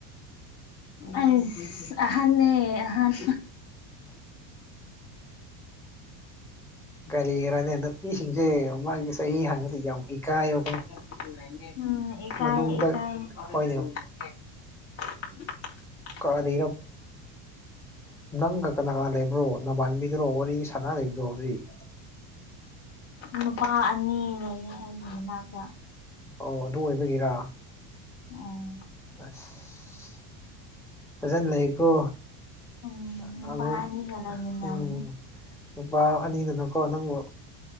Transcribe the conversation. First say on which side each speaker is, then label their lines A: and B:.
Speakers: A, on the left; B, in the centre.
A: ꯑꯁ ꯑꯍꯟꯅꯦ ꯑꯍꯥꯟ
B: ꯀꯜꯂꯤꯒꯔꯗ ꯅꯨꯄꯤꯁꯤꯡꯁꯦ ꯃꯥꯒꯤ ꯆꯍꯤ ꯍꯡꯉꯗꯤ ꯌꯥꯝ ꯏꯀꯥꯏꯌꯣ
A: ꯎꯝ ꯏꯀꯥꯏ
B: ꯃꯅꯨꯡꯗ
A: ꯏꯀꯥꯏ
B: ꯍꯣꯏꯅꯦ
A: UNINTELLIGIBLE
B: ꯀꯥꯔꯤꯔꯞ ꯅꯪꯒ ꯀꯅꯥ ꯀꯅꯥ ꯂꯩꯕ꯭ꯔꯣ ꯅꯕꯥꯟꯕꯤꯒꯔꯣ ꯋꯥꯔꯤ ꯁꯅꯥ ꯂꯩꯕꯗꯣ ꯍꯧꯖꯤꯛ
A: ꯅꯨꯄꯥ ꯑꯅꯤ ꯂꯩꯌꯦ ꯑꯩꯒꯤ ꯃꯅꯥꯛꯇ
B: ꯑꯣ ꯑꯗꯨ ꯑꯣꯏꯕꯒꯤꯔꯥ
A: ꯎꯝ
B: ꯑꯁ ꯐꯖꯅ ꯂꯩꯌꯣ ꯀꯣ
A: ꯎꯝ
B: ꯑ
A: ꯅꯨꯄꯥ
B: ꯑꯃꯨꯨꯛ
A: ꯑꯅꯤꯒ ꯂꯩꯃꯤꯟꯅꯕꯅꯤ
B: ꯎꯝ ꯂꯨꯄꯥ ꯑꯅꯤꯗꯨꯅꯀꯣ ꯅꯪꯕꯨ